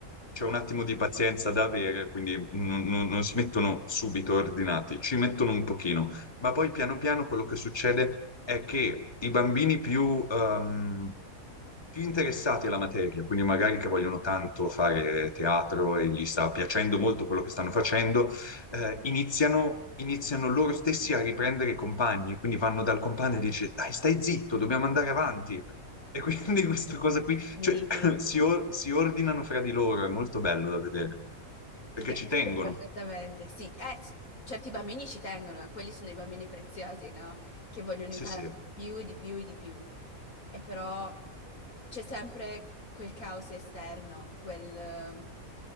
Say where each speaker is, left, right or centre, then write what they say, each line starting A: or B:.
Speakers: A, on the left (about 20°); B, on the left (about 80°).
A: c'è un attimo di pazienza da avere, quindi non, non- non si mettono subito ordinati, ci mettono un pochino. Ma poi piano piano quello che succede è che i bambini più, ehm, più interessati alla materia, quindi magari che vogliono tanto fare teatro e gli sta piacendo molto quello che stanno facendo, eh, iniziano, iniziano loro stessi a riprendere i compagni, quindi vanno dal compagno e dice, dai, stai zitto, dobbiamo andare avanti. E quindi <laughs> questa cosa qui,
B: Sì.
A: cioè, <clears throat> si, or- si ordinano fra di loro, è molto bello da vedere,
B: Ti
A: perché
B: capisco
A: ci tengono.
B: perfettamente, sì. Eh, c- certi bambini ci tengono, eh, quelli sono i bambini preziosi, no? Che vogliono
A: Sì,
B: imparare
A: sì.
B: di più, e di più, e di più. E però c'è sempre quel caos esterno, quel, eh,